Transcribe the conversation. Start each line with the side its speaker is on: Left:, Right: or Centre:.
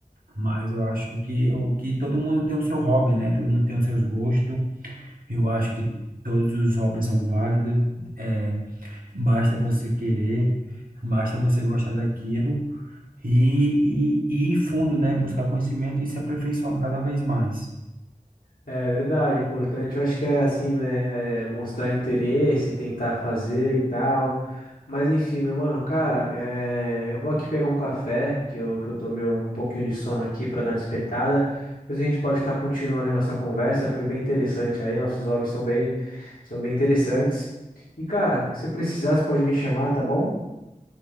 Right: Mas eu acho que o que todo mundo tem o seu hobby, né? Todo mundo tem os seus gostos. Eu acho que todos os hobbies são válidos. É, basta você querer, basta você gostar daquilo e, e, e ir fundo, né? Buscar conhecimento e se aperfeiçoando cada vez mais.
Left: É verdade, importante, eu acho que é assim, né, é, mostrar interesse, tentar fazer e tal, mas enfim, meu mano, cara, é, eu vou aqui pegar um café, que eu, que eu tomei um pouquinho de sono aqui para dar uma despertada, depois a gente pode estar continuando aí nossa conversa, foi bem interessante aí, nossos hobbies são bem, são bem interessantes, e cara, se precisar, você pode me chamar, tá bom?